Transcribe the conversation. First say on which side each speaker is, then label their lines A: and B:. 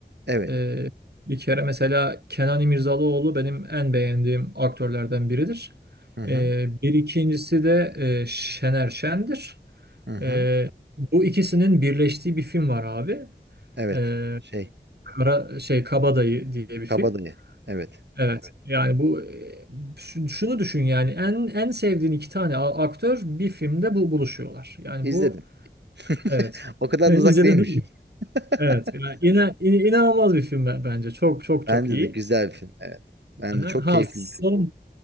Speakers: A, on the right (about 80°); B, on the right (about 70°).
A: Evet.
B: Ee, bir kere mesela Kenan İmirzalıoğlu benim en beğendiğim aktörlerden biridir.
A: Hı hı.
B: Ee, bir ikincisi de e, Şener Şen'dir.
A: Hı hı.
B: Ee, bu ikisinin birleştiği bir film var abi.
A: Evet.
B: Ee,
A: Şey,
B: Kara, şey Kabadayı diye bir film.
A: Kabadayı. Evet.
B: Evet. Yani bu e, şu- şunu düşün yani en en sevdiğin iki tane a- aktör bir filmde bu buluşuyorlar. Yani
A: İzledim.
B: bu
A: <laughs>
B: evet.
A: O kadar
B: Ben
A: da uzak
B: İzledin
A: değilmişim.
B: değil mi?
A: <laughs>
B: Evet. Yani ina- in- inanılmaz bir film be- bence. Çok çok
A: Bence
B: çok iyi.
A: de güzel bir film. Evet. Ben
B: Aha.
A: de çok
B: Ha
A: keyifli
B: son
A: bir film.